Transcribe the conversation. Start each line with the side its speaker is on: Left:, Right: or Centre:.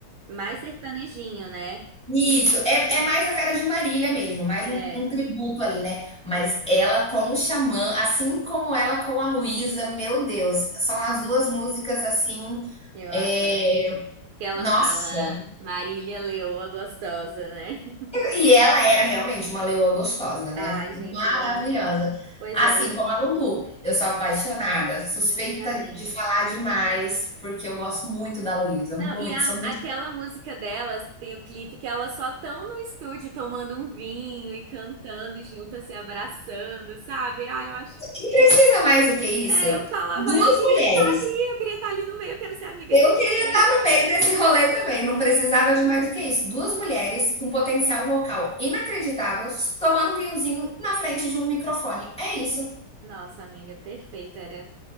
Right: mais sertanejinho, né?
Centre: Isso, é, é mais a cara de Marília mesmo, mais
Right: É,
Centre: um, um tributo ali, né? Mas ela com o Xamã, assim como ela com a Luísa, meu Deus, são as duas músicas assim.
Right: eu
Centre: é,
Right: adoro. Que ela
Centre: Nossa,
Right: fala Marília Leoa gostosa, né? <laughs>
Centre: E ela era realmente uma leoa gostosa, né?
Right: Ai, gente,
Centre: Maravilhosa.
Right: olha. Pois
Centre: Assim
Right: é,
Centre: como a Lulu, eu sou apaixonada, suspeita
Right: justamente.
Centre: de falar demais, porque eu gosto muito da Luísa, muito,
Right: Não, e a,
Centre: sou muito.
Right: aquela música delas, que tem o clipe, que elas só estão no estúdio tomando um vinho e cantando juntas, se abraçando, sabe? Ah, eu acho.
Centre: E precisa mais do que isso?
Right: É, eu falava,
Centre: Duas
Right: "Ah, eu queria
Centre: mulheres.
Right: estar ali, eu queria estar ali no meio, eu quero ser amiga
Centre: Eu
Right: de vocês.
Centre: queria estar no meio desse rolê também, não precisava de mais do que isso. Duas mulheres com potencial vocal inacreditável, tomando um vinhozinho na frente de um microfone. É isso.
Right: Nossa, amiga, perfeita, era,